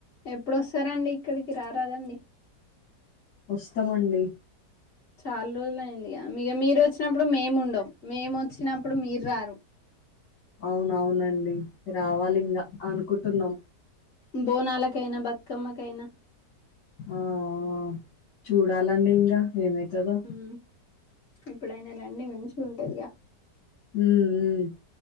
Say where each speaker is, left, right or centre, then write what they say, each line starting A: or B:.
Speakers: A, on the left; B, on the left.
A: ఎప్పుడొస్తారండి ఇక్కడికి రారాదండి
B: వస్తమండీ
A: చాల్ రోజులైందిగా ఇగ మీరొచ్చినప్పుడు మేం ఉండం మేమొచ్చినప్పుడు మీర్రారు
B: ఔనవునండీ రావాలింగా అనుకుంటున్నం
A: బోనాలకైన బతుకమ్మ కైన
B: ఆఁ ఆఁ చూడాలండి ఇంగ ఏమైతదో
A: ఉమ్ ఎప్పుడైన రండి మంచిగుంటదిగా
B: ఉమ్ హ్మ్